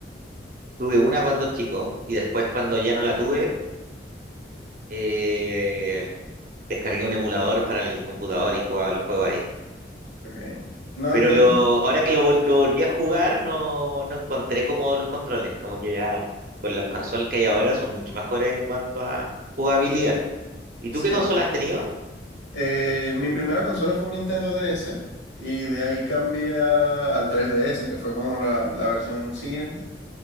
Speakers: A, on the right; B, on the left.
A: Tuve una cuando chico y después cuando ya no la tuve, eh, descargué un emulador para el computador y jugaba los juegos ahí.
B: Ok. No,
A: Pero
B: yo,
A: lo, ahora que lo, vol- lo volví a jugar, no, no encontré cómodos los controles, como que ya con las consolas que hay ahora son mucho mejores en cuanto a jugabilidad. ¿Y
B: sí.
A: tú qué consolas
B: sí.
A: has tenido?
B: Eh, mi primera consola fue un Nintendo DS y de ahí cambié a- al 3DS, que fue como la, la versión siguiente.